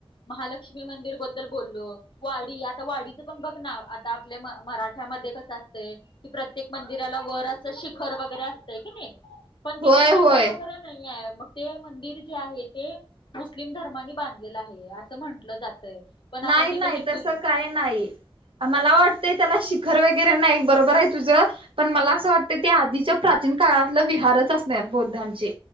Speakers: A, on the left (about 55°); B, on the right (about 60°).
A: महालक्ष्मी मंदिर बद्दल बोललो, वाडी आता वाडी.. तू पण बघ ना आता आपल्या म मराठ्यामध्ये कसं असतय.. कि प्रत्येक मंदिराला वर असं शिखर वगैरे असतय की नाय पण
B: होय
A: तिथं शिखर
B: होय
A: वगैरे न नाही आहे मग ते मंदिर जे आहे ते. मुस्लिम धर्मानी बांधलेलं आहे असं म्हंटलं जातय, पण आपण
B: नाही
A: तिथं
B: नाही
A: हिंदू
B: तसं
A: लोक
B: काय नाही मला वाटत त्याला शिखर वगैरे नाही बरोबर आहे तुझ पण मला असं
A: हा
B: वाटत. तर ते आधीच्या प्राचीन काळातलं विहारच असणार बौद्धांचे.